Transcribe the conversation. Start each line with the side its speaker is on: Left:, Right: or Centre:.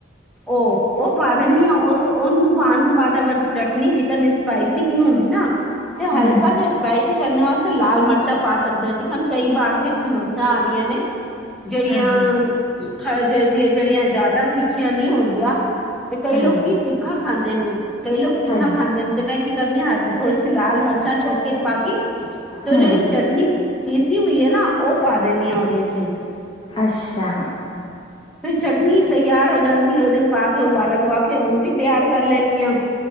Centre: ਓ-ਓ ਪਾ ਦਿੰਨੀ ਆ ਓਸ ਉਹਨੂੰ ਪਾਨ ਤੋਂ ਬਾਦ ਅਗਰ ਚਟਨੀ ਜ਼ਿਕਨ ਸਪਾਈਸੀ ਨੀ ਹੁੰਦੀ ਨਾ ਤੇ
Left: ਹਾਂ
Centre: ਹਲਕਾ
Left: ਹਾਂ
Centre: ਜਿ ਸਪੈਸੀ ਕਰਨ ਵਾਸਤੇ ਲਾਲ ਮਿਰਚਾਂ ਪਾ ਸਕਦੇ ਹੋ ਜੀਕਨ ਕਈ ਮਾਰਕੀਟ ਚ ਮਿਰਚਾਂ ਆ ਰਈਆਂ ਨੇ। ਜੇੜੀਆਂ
Left: ਹਾਂ ਹਾਂ
Centre: ਖ ਜ ਜੇੜੀਆਂ ਜਾਦਾ ਤਿੱਖੀਆਂ ਨੀ ਹੁੰਦੀਆ। ਤੇ ਕਈ
Left: ਹਾਂਜੀ
Centre: ਲੋਕੀ ਤਿੱਖਾ ਖਾਂਦੇ ਨੇ। ਕਈ ਲੋਕ ਤਿੱਖਾ
Left: ਹਾਂਜੀ
Centre: ਖਾਂਦੇ ਨੇ ਤੇ ਮੈਂ ਕੀ ਕਰਨੀ ਆ ਥੋੜੀ ਸੀ ਲਾਲ ਮਿਰਚਾਂ ਛੋੋਕੇ ਚੋ ਪਾਕੇ ਕੇ ਤੇ
Left: ਹਾਂ
Centre: ਓ ਜੇੜੀ ਚਟਨੀ
Left: ਹਾਂ
Centre: ਪੀਸੀ ਹੋਈ ਹੈ ਨਾਲ ਉਹ ਪਾ ਦੇਣੀ ਆ ਓਦੇ ਚ।
Left: ਅੱਛਾ।
Centre: ਫਿਰ ਚਟਨੀ ਤਿਆਰ ਹੋ ਜਾਂਦੀ ਉਹਦੇ ਚ ਪਾ ਕੇ ਉਬਾਲਾ ਦਵਾ ਕੇ ਉਨ ਵੀ ਤਿਆਰ ਕਰ ਲੈਨੀ ਆ